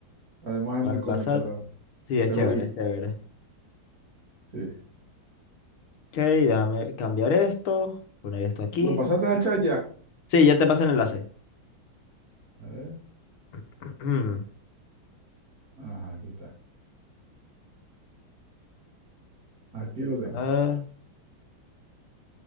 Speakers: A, on the right; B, on the left.
A: Además es
B: Vale,
A: muy cómica
B: pasar.
A: la,
B: Sí, es
A: el
B: chévere,
A: jueguito.
B: es chévere.
A: Sí.
B: Ok, déjame cambiar esto, poner esto aquí.
A: ¿Lo pasaste al chat ya?
B: Sí, ya te pasé el enlace.
A: A ver.
B: <clears throat>
A: Ajá, aquí está. Aquí lo tengo.
B: A ver.